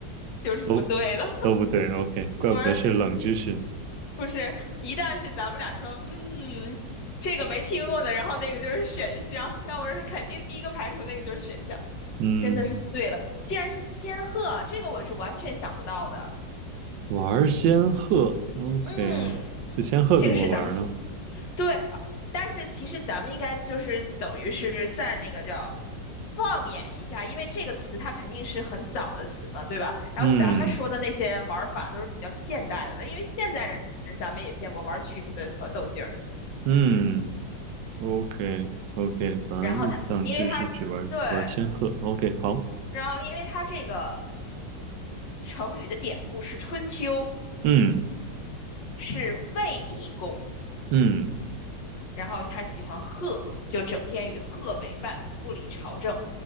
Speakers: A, on the left; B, on the right.
A: 就是不对的，
B: 都都不对，OK，怪不得是冷知识呢
A: <laughs> 不是不是，一旦是咱们俩说，嗯，这个没听过的，然后那个就是选项，要不然是肯定第一个排除那个就是选项，
B: 嗯，
A: 真的是醉了。竟然是仙鹤，这个我是完全想不到的。
B: 玩仙鹤，OK，
A: 嗯，
B: 这仙鹤怎么玩呢？
A: 这个是咱们对，但是其实咱们应该就是等于是在那个叫放眼一下，因为这个词它肯定是很早的词嘛，对吧？然后咱们说的那些玩儿法都是比较现代的了，
B: 嗯
A: 因为现代人咱们也见过玩儿蛐蛐的和斗鸡儿的。
B: 嗯。OK OK，玩物丧志是指玩玩千鹤。
A: 然后它，因为它对，
B: OK，好，
A: 然后因为它这个成语的典故是春秋，
B: 嗯
A: 是卫懿公，
B: 嗯，
A: 然后他喜欢鹤，就整天与鹤为伴，不理朝政。